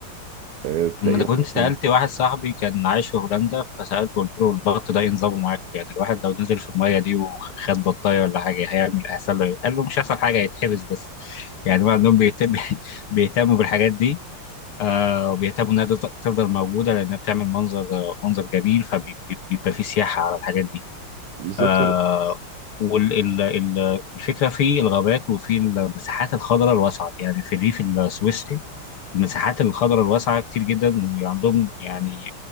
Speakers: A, on the right; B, on the left.
A: آه، تلاقيهم
B: ما انا كنت
A: مثلا
B: سالت واحد صاحبي كان عايش في هولندا فسالته قلت له البط ده إيه نظامه معاك يعني الواحد لو نزل في الميه دي وخد بطايه ولا حاجه هيعمل هيحصل له إيه؟ قال له مش هيحصل حاجه هيتحبس بس يعني هم عندهم بيهتم <laughs> بيهتموا بالحاجات دي آه وبيهتموا انها تفضل تفضل موجوده لانها بتعمل منظر آه، منظر جميل فبيبقى في سياحه على الحاجات دي
A: بالظبط
B: آه
A: هو
B: والفكره في الغابات وفي المساحات الخضراء الواسعه يعني في الريف السويسري المساحات الخضراء الواسعة كتير جدا وعندهم يعني